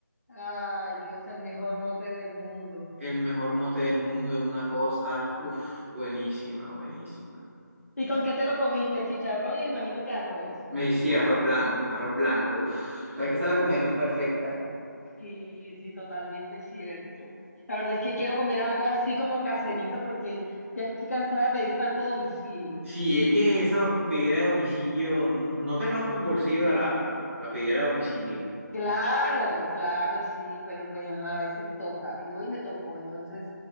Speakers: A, on the left; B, on the right.
A: Ay, Dios, el mejor mote del mundo.
B: El mejor mote del mundo es una cosa, uff, buenísima, buenísima.
A: ¿Y con qué te lo comiste? Chicharrón, y me imagino que arroz.
B: Me decía arroz blanco, arroz blanco, uff, sabes que esa es la combinación perfecta.
A: Sí, sí, totalmente cierto. La verdad es que quiero comer algo así como caserito porque ya estoy cansada de pedir tanto domicilio.
B: Sí, es que esa pedidera de domicilio, no te rompe el bolsillo la, la, la pedidera de domicilio.
A: Claro, claro, sí, pero pues ajá, a veces toca. Y hoy me tocó, entonces